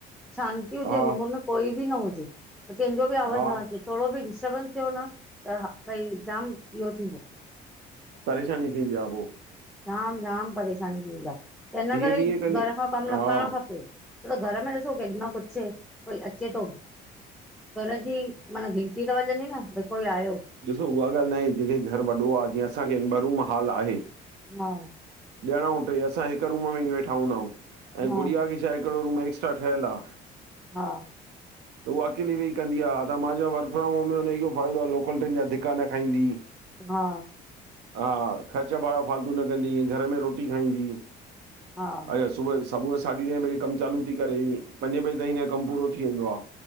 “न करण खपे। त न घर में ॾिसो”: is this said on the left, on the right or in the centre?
Centre